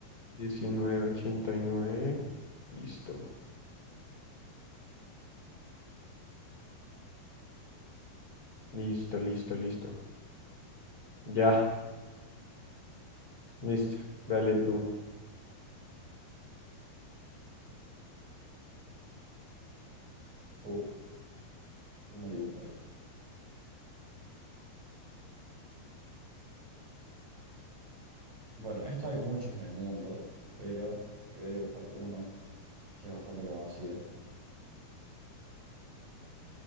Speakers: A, on the left (about 35°); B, on the right (about 45°).
A: Diecinueve ochenta y nueve. Listo, listo, listo, listo. Ya, listo. Dale tú.
B: Uf, ¿cómo dibujo esto? Bueno, esto hay muchos en el mundo, pero te voy a dibujar uno que es bastante conocido.